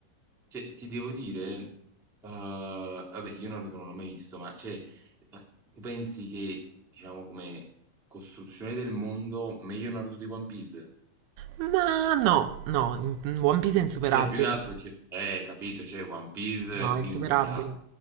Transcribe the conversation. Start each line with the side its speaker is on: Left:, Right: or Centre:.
Centre: cioè, ti devo dire, eh, vabbè, io Naruto non l'ho mai visto, ma cioè, ma tu pensi che, diciamo, come costruzione del mondo, meglio Naruto di One Piece?
Right: Ma no, no, One Piece è insuperabile.
Centre: Cioè, più che altro che, eh, capito, cioè, One Piece,
Right: No,
Centre: minchia.
Right: è insuperabile.